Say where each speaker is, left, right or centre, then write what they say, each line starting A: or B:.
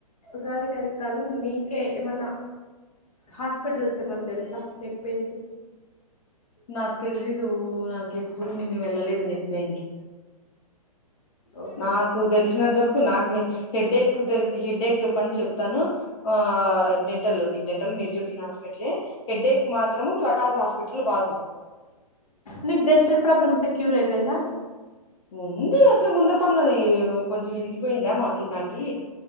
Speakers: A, on the left (about 65°); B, on the left (about 50°).
A: కాది కానీ కదు నీకే ఏమన్నా హాస్పిటల్స్ ఏమన్నా తెలుసా నెక్ పెయిన్ కి
B: నాకు తెలిదు నాకు ఇప్పుడు నిన్న వెళ్ళలేదు నెక్ బయిన్కి
A: ఓకే
B: నాకు తెలిసినంత వరకు నాకు హెడ్డేక్ హెడ్డేక్ చెప్పండి చెప్తాను ఆ డెంటల్ ఉంది డెంటల్ మీరు చెప్పిన హాస్పిటల్ హెడ్డేక్ మాత్రము ప్రకాష్ హాస్పిటల్ బా
A: నీకు డెంటల్ ప్రాబ్లమ్ క్యూర అయిపోయిందా
B: ఉంది అట్లా ముందర పన్నది కొంచెం విరిగిపోయిందా మాకి నాకి